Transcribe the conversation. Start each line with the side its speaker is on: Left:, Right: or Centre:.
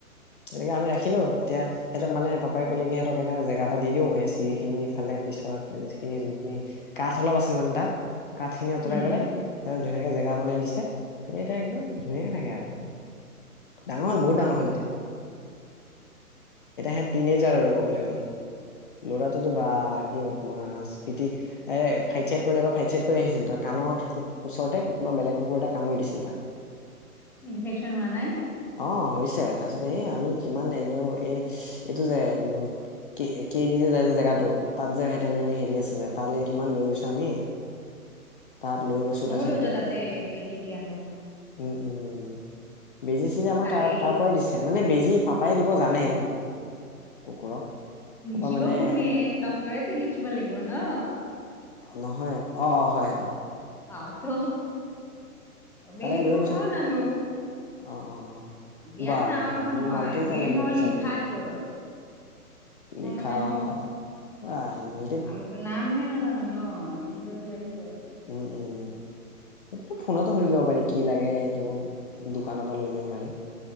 Left: তেনেকে আমি ৰাখিলো এতিয়া সিহঁতক মানে পাপাই কলে কি সিহঁতক এটা জেগা এটা দিও, এই চিৰি খিনি ইফালে পিছৰিখিনি যোনখিনি কাঠ অলপ আছিল মানে তাত, কাঠ খিনি অঁতলাই
Centre: উম
Left: পেলাই ধুনীয়াকে জেগা বনাই দিছে, সেই এতিয়া একদম ধুনীয়াকে থাকে আৰু। ডাঙ বহুত ডাঙৰ হ'ল এতিয়া। এটা হে তিনেজাৰ আৰু কবলৈ গ'লে, ল'ৰাটোতো বা লাগিব তোমাৰ স্মৃতি এ' ফাইট-চাইড কৰি বা ফাইট-চাইড কৰি আহিছিল, তই কাণৰ ওচৰতে কোনোবা বেলেগ কুকুৰ এটা কামুৰি দিছিল তাৰ।
Centre: ইনফেকশ্যন হোৱা নাই?
Left: অ', হৈছে তাৰপিছত এই আমি কিমান এনে এই এইটো যে উম', কেইদি যে যাই যে জেগাটো, তাত যে ভেটেনেৰি হেৰি আছে যে তালৈ কিমান লৈ গৈছো আমি। তাত লৈ গৈছো
Centre: মইও
Left: তাৰপিছত
Centre: লৈ যাওঁ
Left: বে-
Centre: তাতে
Left: বে উম',
Centre: বেজি দি আনো
Left: উম',। বেজি-চেজি আমাৰ
Centre: তাৰে
Left: তাৰ
Centre: এই
Left: তাৰ পৰাই দিছে, মানে বেজি পাপাই দিব জানে মানে কুকুৰক।
Centre: লিখিব
Left: পাপা মানে
Centre: কোনে ডক্তৰেতো লিখিব লাগিব ন'।
Left: নহয় অ' হয়ঁতক।
Centre: আহ', ত' বেজি
Left: তালৈ লৈ
Centre: দিব
Left: গৈছো
Centre: মও জানো।
Left: অ অ অ
Centre: দিয়াতো
Left: বা
Centre: ডাঙৰ কথা
Left: তুমি
Centre: নহয়,
Left: মাল্টি টেলেণ্টেড
Centre: মেইন হ'ল
Left: চোন
Centre: লিখাটো।
Left: লিখা
Centre: অ মই জানো
Left: অ' বাঁহ মাল
Centre: আমিতো নামহে নাজানো ন' লিখিবতো লাগিবই।
Left: উম', উম',। সেইটো টো ফোনতো সুধি লব পাৰি কি লাগে এইটো দোকানৰ পৰা লৈ আনিব পাৰি।